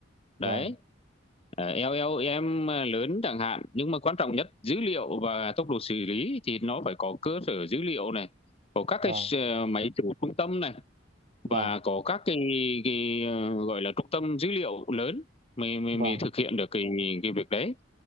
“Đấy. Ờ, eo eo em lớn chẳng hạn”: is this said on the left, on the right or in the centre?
Left